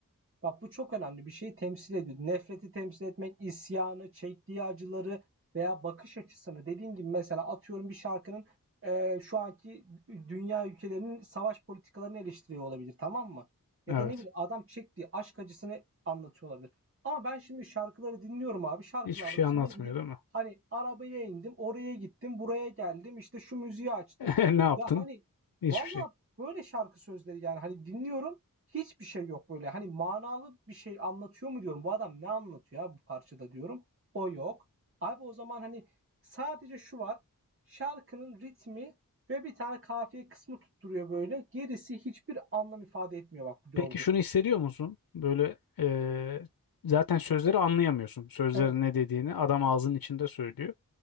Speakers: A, on the right (about 40°); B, on the left (about 80°).
A: Bak bu çok önemli. Bir şeyi temsil ediyor. Nefreti temsil etmek, isyanı, çektiği acıları veya bakış açısını. Dediğim gibi mesela atıyorum bir şarkının eee, şu anki dünya ülkelerinin savaş politikalarını eleştiriyor olabilir, tamam mı? Ya
B: Evet.
A: da ne bileyim adam çektiği aşk acısını anlatıyor olabilir. Ama ben şimdi şarkıları dinliyorum abi. Şarkılarda
B: Hiçbir şey
A: şimdi
B: anlatmıyor
A: ne bileyim
B: değil mi?
A: hani arabaya indim, oraya gittim, buraya geldim, işte şu müziği açtım.
B: <laughs> Ne yaptın?
A: Ya hani
B: Hiçbir
A: valla
B: şey.
A: böyle şarkı sözleri yani hani dinliyorum. Hiçbir şey yok böyle. Hani manalı bir şey anlatıyor mu diyorum. Bu adam ne anlatıyor ya bu parçada diyorum. O yok. Abi o zaman hani sadece şu var. Şarkının ritmi ve bir tane kafiye kısmı tutturuyor böyle. Gerisi hiçbir anlam ifade etmiyor bak bu gördüğün.
B: Peki şunu hissediyor musun? Böyle e, zaten sözleri anlayamıyorsun. Sözlerin
A: Evet.
B: ne dediğini adam ağzının içinde söylüyor.